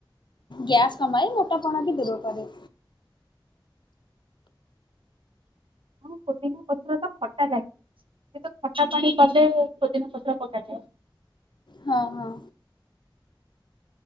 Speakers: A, on the left; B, on the right.
A: ଗ୍ୟାସ୍ କମାଏ ମୋଟାପଣ ବି ଦୂର କରେ।
B: ହଁ ପୋଦିନା ପତ୍ର ତ ଖଟା ଲାଗେ ସେତ ଖଟା ପାଣି କଲେ ପୋଦିନା ପତ୍ର ପକା ଯାଏ।
A: ହଁ ହଁ।